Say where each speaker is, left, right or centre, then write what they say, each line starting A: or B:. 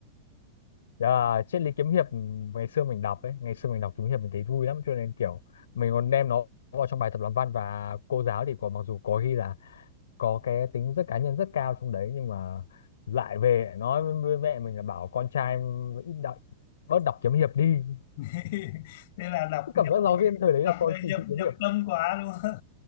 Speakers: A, on the left; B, on the left.
A: Dạ, triết lý kiếm hiệp ừ, ngày xưa mình đọc ấy, ngày xưa mình đọc kiếm hiệp mình thấy vui lắm cho nên kiểu mình còn đem nó vào trong bài tập làm văn và cô giáo thì có mặc dù có khi là có cái tính rất cá nhân rất cao trong đấy nhưng mà lại về nói với mẹ mình là bảo con trai ừ, ít đọc bớt đọc kiếm hiệp đi.
B: <laughs> thế là đọc
A: Cứ
B: nhập
A: cảm giác giáo viên thời đấy
B: đọc
A: là coi
B: ờ,
A: kỳ
B: nhập
A: thị kiếm
B: nhập
A: hiệp
B: tâm quá đúng không